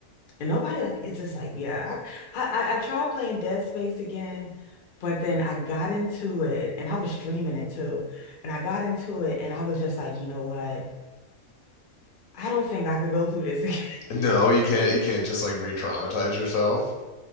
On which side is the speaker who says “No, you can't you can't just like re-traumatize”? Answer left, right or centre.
Left